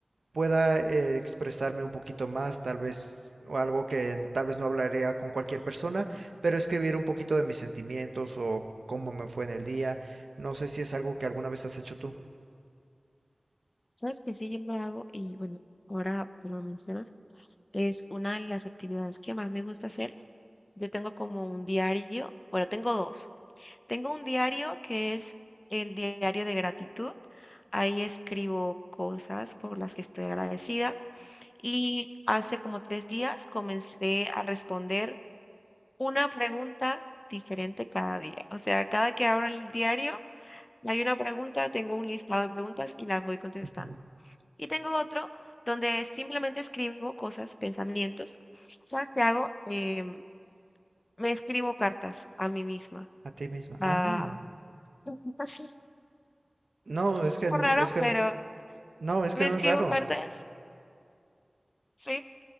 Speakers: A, on the right; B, on the left.
A: pueda eh, expresarme un poquito más, tal vez, o algo que tal vez no hablaría con cualquier persona, pero escribir un poquito de mis sentimientos o cómo me fue en el día. No sé si es algo que alguna vez has hecho tú
B: sabes que sí, yo lo hago y bueno, ahora que lo mencionas, es una de las actividades que más me gusta hacer. Yo tengo como un diario, bueno, tengo dos. Tengo un diario que es el diario de gratitud. Ahí escribo cosas por las que estoy agradecida. Y hace como tres días comencé a responder una pregunta diferente cada día. O sea, cada que abro el diario Hay una pregunta, tengo un listado de preguntas y las voy contestando.
A: Ujú.
B: Y tengo otro donde simplemente escribo cosas, pensamientos. ¿Sabes qué hago? Em, me escribo cartas a mí misma.
A: a ti misma.
B: Ah,
A: Ah,
B: <laughs> sí,
A: no,
B: es
A: es
B: un poco
A: que, n-
B: raro,
A: es que,
B: pero
A: no, es
B: me
A: que no
B: escribo
A: es raro.
B: cartas, sí.